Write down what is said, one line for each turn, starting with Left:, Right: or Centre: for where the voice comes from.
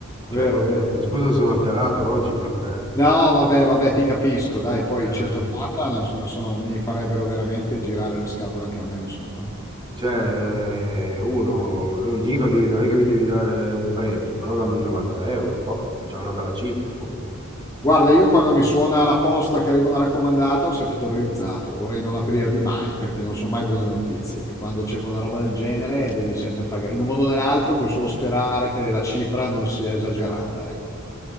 Right: Cioè,
Left: Vero, vero, vero.
Right: eh, scusa se sono alterato oggi, ma eh,
Left: No, vabbè, vabbè, ti capisco, dai, poi
Right: eh,
Left: 180
Right: no.
Left: non so- sono- mi farebbero veramente girare le scatole anche a me, insomma. eh.
Right: Cioè, eh, uno, non dico di, non è che mi devi dare un premio, però dammi 90 euro, toh, che è già una bella cifra comunque.
Left: Guarda, io quando mi suona la posta che arriva una raccomandata, sono sempre terrorizzato, vorrei non aprirli mai, perché non sono mai buone notizie. Quando c'è una roba del genere devi sempre pagare, in un modo o nell'altro puoi solo sperare che la cifra non sia esagerata, ecco.